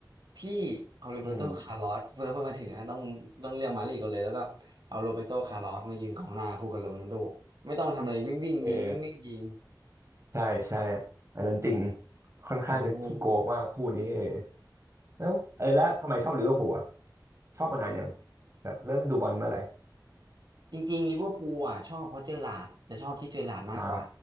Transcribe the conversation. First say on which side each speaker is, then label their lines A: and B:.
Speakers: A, on the right (about 65°); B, on the right (about 40°).
A: ที่เอาโรเบโตคาร์ลอสเพิ่มเพิ่มาถึงนะต้องต้องเรียกมาดริดก่อนเลยแล้วก็เอาโรเบโตคาร์ลอสมายืนกองหน้าคู่กับโรนัลโด
B: อืม
A: ไม่ต้องทำอะไรวิ่งวิ่งยิงวิ่งวิ่งยิง
B: เออใช่ใช่อันนั้นจริง ค่อนข้างจะขี้โกงมากคู่นี้เออ
A: อืม
B: แล้วเออแล้วทำไมชอบลิเวอร์พูลอ่ะ ชอบมานานยังแบบเริ่มดูบอลเมื่อไหร่
A: จริงๆลิเวอร์พูลอ่ะชอบเพราะเจอหลาร์ดจะชอบที่เจอหลาร์ดมากกว่า
B: อ่า